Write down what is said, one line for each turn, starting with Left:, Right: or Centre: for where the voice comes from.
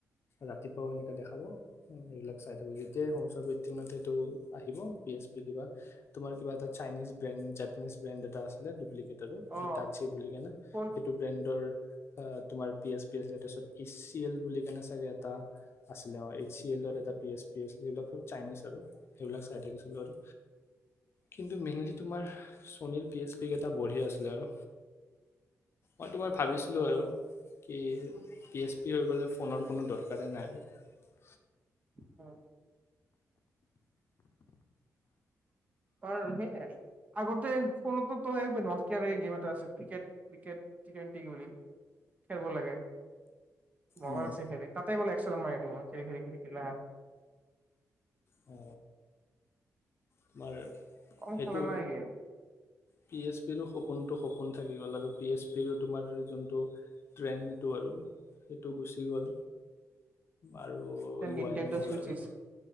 Left: ৰাতি এনেকে দেখাব এইবিলাক চাবলৈ যেতিয়া আহিব পি এছ পি কিবা তুমাৰ কিবা এটা চাইনিজ ব্ৰেণ্ড জাপানিজ ব্ৰেণ্ড এটা আছিলে ো
Right: অ
Left: শ <inaudible> বুলি কেনে
Right: ফোন
Left: সেইটো ব্ৰেণ্ডৰ তোমাৰ পি এছ পি তাৰ পিছত পি চি এল বুলি কেনে চাগে এটা আছিলে অ চি এলৰ
Right: উম,
Left: এটা পি এছ পি এছ যবিলাক চাইনিজ আৰু সেইবিলাক চাই থাকিছিলোঁ আৰু কিন্তু মেইনলি তোমাৰ চনীৰ পি এইচ পিক এটা বঢ়িয়ে আছিলে আৰু মই তোমাৰ ভাবিছিলোঁ আৰু কি পি এছ পি হৈ গ'লে ফোনৰ কোনো দৰকাৰেই নাই আৰু
Right: অ আৰু সেই আগতে ফোনত গেম এটা আছে ক্ৰিকেটিক টি টুৱেণ্টি বুলি খেলব লাগে মা
Left: উম।
Right: লছে খেল তাতে বোলে সল ম চক ল
Left: অ তোমাৰ
Right: কম
Left: সেইটো
Right: খেলা নাই গেম
Left: পি এছ পো খুব সপোনটো সপোন থাকি গ'ল আৰু পি এছ পিৰো তোমাৰ যোনটো ট্ৰেণ্ডটো আৰু সেইটো গুচি গ'ল আৰু লোৱাই
Right: নিনটেণ্ড
Left: নহ'ল
Right: চুইচ
Left: আৰু
Right: আহিছে